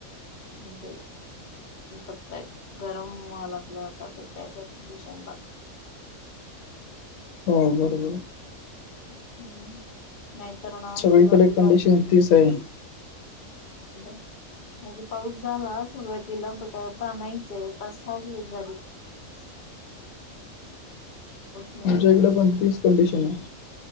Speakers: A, on the left; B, on the left.
A: जी अपतय गरम व लागलं आता सध्याच्या कंडिशनला
B: हो बरोबर
A: हम्म नाही तर ना
B: सगळीकडे
A: सुरुवातीला
B: कंडिशन तीच आहे
A: <inaudible> म्हणजे पाऊस झाला सुरुवातीला बट आता आणयच आहे तस्साात यस झालीत <unintelligible> नाहीच
B: आमच्या
A: आहे
B: इकड पण तीच कंडिशन आहे